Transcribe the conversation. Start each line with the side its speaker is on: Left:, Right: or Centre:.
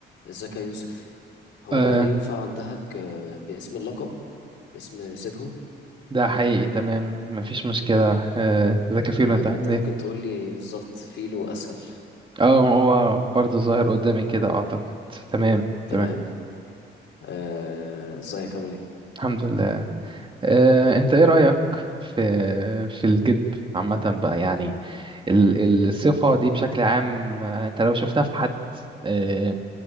Left: ازيك يا يوسف هو
Right: آه
Left: انا ينفع عندك آه، باسم اللقب اسم سيدهم
Right: ده حقيقي تمام مفيش مشكلة آه ذاك فيلو
Left: تمام
Right: انت عامل
Left: انت ممكن
Right: ايه؟
Left: تقول لي بالظبط فيلو اسهل
Right: اه هو برضه ظاهر قدامي كده اعتقد تمام
Left: تمام
Right: تمام
Left: آه، ازيك عامل ايه
Right: الحمد لله آه انت ايه رأيك في في الكذب عامة بقى يعني ال- ال- الصفة دي بشكل عام آه، انت لو شفتها في حد آه